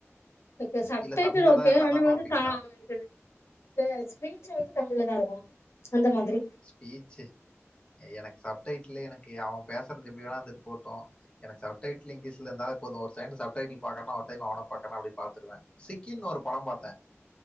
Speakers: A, on the left; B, on the left.
A: துக்கு சப்
B: இல்ல
A: டைட்டில்
B: தமிழ்ல
A: ஓகே
B: தான் இருந்தா
A: ஆனா
B: தான்
A: வந்து
B: பாப்பீங்களா?
A: கா இது இது ஸ்பீச் வந்து தமிழ்லதா இருக்கு அந்த மாதிரி
B: ஸ்பீச்சு எனக் சப்டைட்டிலு எனக்கு அவன் பேசுறது எப்டி வேணா இருந்துட்டு போட்டு எனக்கு சப் டைட்டில் இங்கிஷ்ல இருந்தாலே போது ஒரு செகண்ட் சப் டைட்டில் பாக்கறனா ஒரு டைம் அவன பாக்கறனா அப்டின் பாத்துருவ சிக்கின்னு ஒரு படோ பாத்த